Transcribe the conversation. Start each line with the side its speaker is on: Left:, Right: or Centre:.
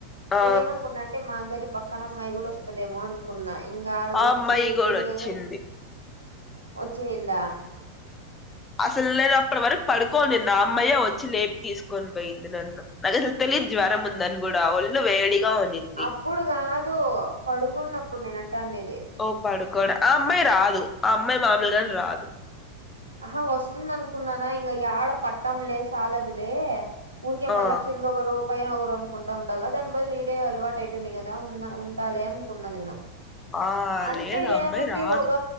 Left: ఆ
Right: నేను ఏమనుకున్నా అంటే మా గది పక్కన అమ్మాయి కూడా వస్తదేమో అన్ కున్నా ఇంగ ఆడకోచ్చి
Left: ఆ అమ్మాయి
Right: ఊరికనే
Left: కూడా వచ్చింది
Right: వచ్చినిందా
Left: అసలు నేను అప్పటి వరకు పడుకోనిన్న ఆ అమ్మాయే వచ్చి లేపి తీసుకొని పోయింది నన్ను అసలు తెలియదు జ్వరం ఉందని కూడా ఒళ్ళు వేడిగా ఉనిం
Right: అప్పుడు కాదు పడుకున్నప్పుడు నేన అంటండేది
Left: ఓ పడుకోడ్ ఆ అమ్మాయి రాదు ఆ అమ్మాయి మామూలుగానే రాదు
Right: ఆహా వస్తుందనుకున్నానా ఇంగ యాడ పట్టంలే సాలదులే ఊరికె
Left: ఆ
Right: మల్ల కిందోకరు పైన ఒకరనుకుంటా ఉండాలా దాని బదులు ఈడే అలవాటు అయిపోయింది కదా ఉన్నా ఉండాలి అనుకున్నా నేను
Left: ఆ
Right: అంటే
Left: లేదు ఆ అమ్మాయి
Right: ఏముంది
Left: రాదు
Right: ఒక